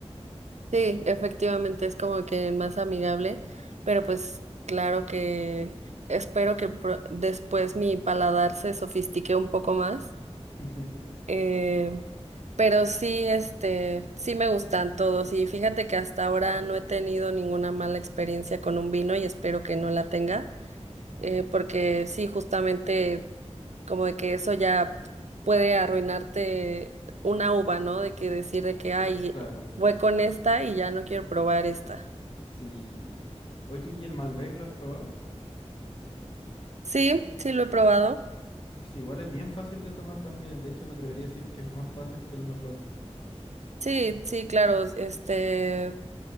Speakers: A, on the right; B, on the left.
A: Sí, efectivamente es como que el más amigable, pero pues claro que espero que pro- después mi paladar se sofistique un poco más.
B: <laughs>
A: Eh, pero sí, este, sí me gustan todos y fíjate que hasta ahora no he tenido ninguna mala experiencia con un vino y espero que no la tenga, eh, porque sí, justamente como de que eso ya puede arruinarte una uva, ¿no? De que decir de que, ay,
B: Claro.
A: fue con esta y ya no quiero probar esta.
B: Sí. Oye, ¿y el Malbec lo has probado?
A: Sí, sí lo he probado.
B: Es igual, es bien fácil de tomar también. De hecho, me atrevería a decir que es más fácil que el Merlot.
A: Sí, sí, claro, este